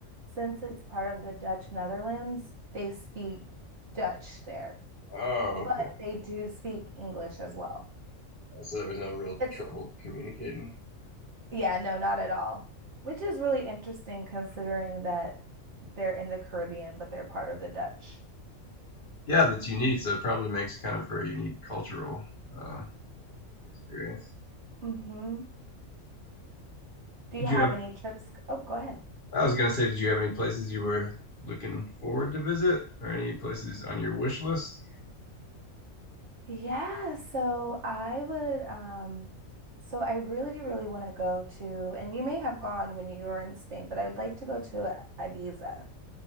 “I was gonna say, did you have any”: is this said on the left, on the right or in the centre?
Left